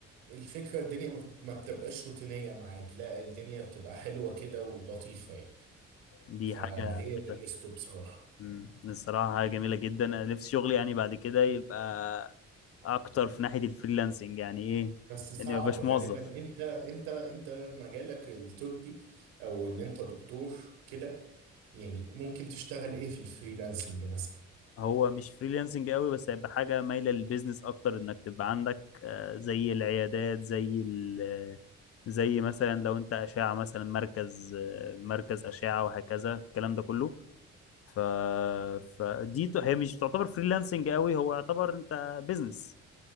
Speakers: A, on the right; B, on the left.
A: فالفكرة الدنيا ما ما بتبقاش روتينية معاك لا الدنيا بتبقى حلوة كده ولطيفة يعني
B: دي
A: فهي
B: حاجه على فكره
A: دي ميزته بصراحة
B: امم الصراحه حاجه جميله جدا انا نفسي شغلي يعني بعد كده يبقى اكتر في ناحيه الفريلانسنج يعني ايه
A: بس صعب
B: اني ما بقاش
A: غالبا
B: موظف
A: انت انت انت مجالك الطبي او ان انت دكتور كده يعني ممكن تشتغل ايه في الفريلانسنج مثلا
B: هو مش فريلانسنج قوي بس هيبقى حاجه مايله للبيزنس اكتر انك تبقى عندك آه، زي العيادات زي ال زي مثلا لو انت اشعه مثلا مركز آه، مركز اشعه وهكذا الكلام ده كله ف... فدي ت- هي مش تعتبر فريلانسنج قوي هو يعتبر انت بيزنس